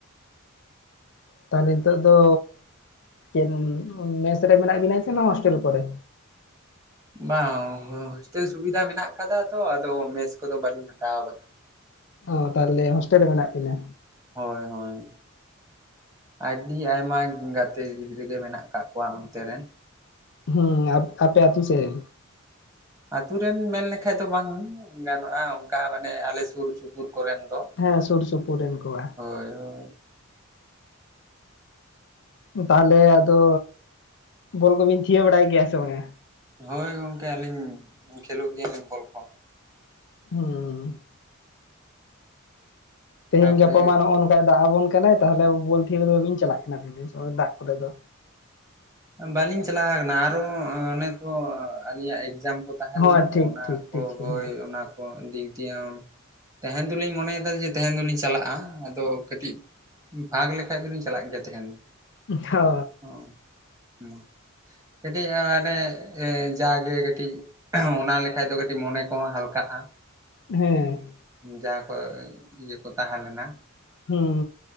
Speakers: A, on the left; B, on the right.
A: ᱛᱟᱦᱟᱞᱮ ᱱᱤᱛᱚᱜ ᱫᱚ ᱪᱮᱫ ᱢᱮᱥ ᱨᱮ ᱢᱮᱱᱟᱜ ᱵᱤᱱᱟ ᱥᱮ ᱱᱚᱭᱟ ᱦᱚᱳᱥᱴᱮᱞ ᱠᱚᱨᱮ?
B: ᱵᱟᱝ ᱦᱳᱥᱴᱮᱞ ᱥᱩᱵᱤᱫᱷᱟ ᱢᱮᱱᱟᱜ ᱟᱠᱟᱫᱟ ᱛᱚ ᱟᱫᱚ ᱢᱮᱥ ᱠᱚᱫᱚ ᱵᱟᱹᱞᱤᱧ ᱦᱟᱛᱟᱣ ᱟᱠᱟᱫᱟ। <inaudible>
A: ᱚ ᱛᱟᱦᱚᱞᱮ ᱦᱳᱥᱴᱮᱞ ᱨᱮ ᱢᱮᱱᱟᱜ ᱠᱤᱱᱟᱹ
B: ᱦᱳᱭ ᱦᱳᱭ ᱟᱹᱰᱤ ᱟᱭᱢᱟ ᱜᱟᱛᱮ ᱜᱤᱫᱽᱨᱟᱹ ᱜᱮ ᱢᱮᱱᱟᱜ ᱟᱠᱟᱫ ᱠᱚᱣᱟ ᱚᱱᱛᱮ ᱨᱮᱱ᱾
A: ᱦᱩᱸ ᱟᱯᱮ ᱛᱩ ᱥᱮᱱ
B: ᱟᱛᱳ ᱨᱮᱱ ᱢᱮᱱ ᱞᱮᱠᱷᱟᱡ ᱫᱚ ᱵᱟᱝ ᱜᱟᱱᱚᱜᱼᱟ᱾ ᱚᱱᱠᱟ ᱢᱟᱱᱮ ᱟᱞᱮ ᱥᱩᱨ ᱥᱩᱯᱩᱨ ᱠᱚᱨᱮᱱ ᱫᱚ
A: ᱦᱮᱸ ᱥᱩᱨ ᱥᱩᱯᱩᱨ ᱨᱮᱱ ᱠᱚᱣᱟ᱾
B: ᱦᱳᱭ ᱦᱳᱭ
A: ᱛᱟᱦᱚᱞᱮ ᱟᱫᱚ ᱵᱚᱞ ᱠᱚᱵᱤᱱ ᱛᱷᱤᱭᱟᱹ ᱵᱟᱲᱟᱭ ᱜᱮᱭᱟ ᱥᱮ ᱵᱟᱝ ᱟ?
B: ᱦᱳᱭ ᱜᱚᱝᱠᱮ ᱟᱹᱞᱤᱧ ᱠᱷᱮᱞᱳᱜ ᱜᱮᱭᱟ ᱵᱚᱞ ᱠᱚ᱾
A: ᱦᱮᱸ ᱦᱩᱸ ᱛᱮᱦᱮᱧ
B: ᱟᱯᱮ
A: ᱜᱟᱯᱟ ᱢᱟ ᱱᱚᱜᱼᱚᱭ ᱱᱚᱝᱠᱟᱭ ᱫᱟᱜ ᱟᱵᱚᱱ ᱠᱟᱱᱟᱭ ᱛᱟᱦᱚᱞᱮ ᱵᱚᱞ ᱛᱷᱤᱭᱟᱹ ᱨᱮᱫᱚ ᱵᱟᱹᱵᱤᱱ ᱪᱟᱞᱟᱜ ᱠᱟᱱᱟ ᱫᱟᱜ ᱠᱚᱨᱮ ᱫᱚ
B: ᱵᱟᱹᱞᱤᱧ ᱪᱟᱞᱟᱣ ᱠᱟᱱᱟ ᱟᱨᱚ ᱚᱱᱮ ᱛᱚ ᱟᱹᱞᱤᱧᱟᱜ ᱮᱠᱡᱟᱢ ᱠᱚ ᱛᱟᱦᱮᱸ
A: ᱦᱳᱭ
B: ᱞᱮᱱᱟ ᱛᱚ
A: ᱴᱷᱤᱠ
B: ᱚᱱᱟ
A: ᱴᱷᱤᱠ
B: ᱠᱚ
A: ᱴᱷᱤᱠ ᱦᱮᱸ
B: ᱦᱳᱭ᱾ ᱚᱱᱟ ᱠᱚ ᱫᱤᱠ ᱫᱤᱭᱮ ᱛᱮᱦᱮᱧ ᱫᱚᱞᱤᱧ ᱢᱚᱱᱮᱭ ᱮᱫᱟ ᱡᱮ ᱛᱮᱧ ᱫᱚᱞᱤᱧ ᱪᱟᱞᱟᱜᱼᱟ᱾ ᱟᱫᱚ ᱠᱟᱹᱴᱤᱡ ᱯᱷᱟᱜ ᱞᱮᱠᱷᱟᱡ ᱫᱚᱞᱤᱧ ᱪᱟᱞᱟᱜ ᱜᱮᱭᱟ ᱛᱮᱦᱮᱧ ᱫᱚ
A: ᱦᱳ
B: <inaudible> ᱦᱩᱸ ᱞᱟᱹᱭ ᱫᱟᱹᱧ ᱠᱟᱹᱴᱤᱡ ᱢᱟᱱᱮ ᱡᱟᱜᱮ ᱠᱟᱹᱴᱤᱡ ᱚᱱᱟ ᱞᱮᱠᱷᱟᱡ ᱫᱚ ᱠᱟᱹᱴᱤᱡ ᱢᱚᱱᱮ ᱠᱚᱦᱚᱸ ᱦᱟᱞᱠᱟᱜᱼᱟ᱾
A: ᱦᱮᱸ
B: ᱡᱟᱦᱟᱸ ᱠᱚ ᱤᱭᱟᱹ ᱠᱚ ᱛᱟᱦᱮᱸ ᱞᱮᱱᱟ᱾
A: ᱦᱩᱸ